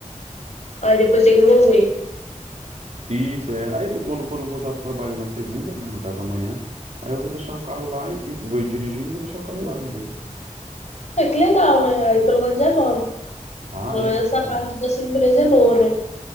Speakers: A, on the left; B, on the right.
A: Aí depois tem que devolver.
B: Isso, é. Aí de- quando, quando eu voltar para o trabalho na segunda, né, no caso amanhã, aí eu vou deixar o carro lá e e vou dirigindo e vou deixar o carro lá de boa.
A: É que legal, né? Aí pelo menos é bom.
B: Ah,
A: Pelo
B: é?
A: menos essa
B: Mano.
A: parte da sua empresa é boa, né?